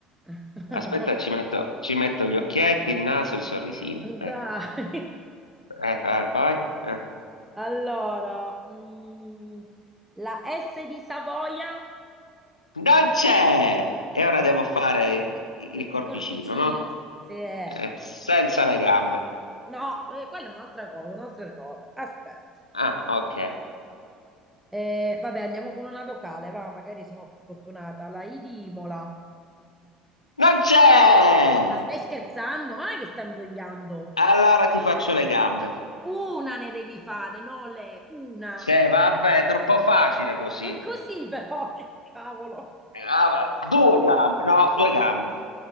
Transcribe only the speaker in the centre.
<laughs>
Dai.
Allora, mm, la S di Savoia,
Dio,
l-
il corpicino,
se...
No, eh, quella è un'altra cosa, un altro errore. Aspetta.
Eh, vabbè, andiamo con una vocale, va, magari sono più fortunata. La I di Imola.
Ma stai scherzando? Ma non è che stai imbrogliando?
Una ne devi fare, no le, una.
È così però, <laughs> che cavolo.